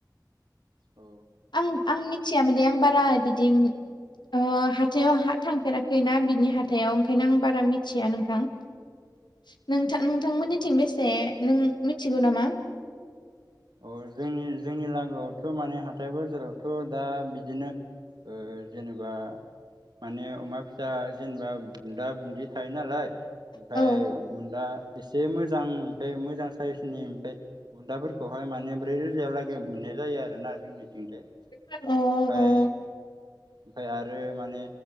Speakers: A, on the right; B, on the left.
A: औ
B: आं-आं मिथिया माने आं बारा बिदि ओ हाथायाव हा थांफेराखैना बिनि हाथाइयाव ओंखायनो आं बारा मिथिया नोंथां । नोंथां नोंथांमोननिथिं बेसे नों मिथिगौ नामा?
A: अ जोंनि-जोंनि लागोआवथ' माने हाथाय बाजारावथ' दा बिदिनो ओ जेनेबा माने अमा फिसा जेनेबा बुन्दा बुन्दि थायो नालाय ओमफ्राय
B: औ
A: बुन्दा एसे मोजां ओमफ्राय मोजां साइसनि ओमफ्राय बुन्दाफोरखौहाय माने ब्रै रोजालागै मोननाय जायो आरोना जोंनिथिंजाय ओमफ्राय
B: अ अ
A: ओमफ्राय आरो माने